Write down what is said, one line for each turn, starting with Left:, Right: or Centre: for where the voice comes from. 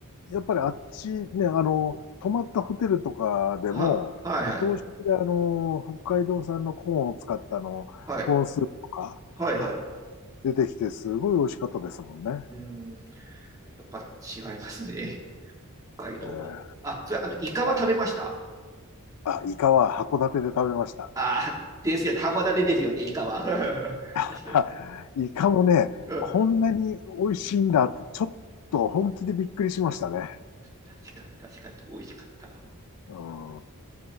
Left: やっぱりあっちね、あのー泊まったホテルとかでも、
Right: は、はいはい。
Left: 朝食であのー北海道産のコーンを使ったあの、
Right: はい。
Left: コーンスープとか
Right: はいはい。
Left: 出てきて、すごい美味しかったですもんね。
Right: うーん。やっぱ違いますね、北海道は。
Left: えー
Right: あ、それ、あと、イカは食べました
Left: あ、イカは函館で食べました。
Right: ああー、ですよね。函館ですよね、イカは。<laughs> 確かに。
Left: <laughs> あイカもね、
Right: うん
Left: こんなに美味しいんだって、ちょっと本気でびっくりしましたね。
Right: 確かに、確かに、美味しかった。
Left: うん。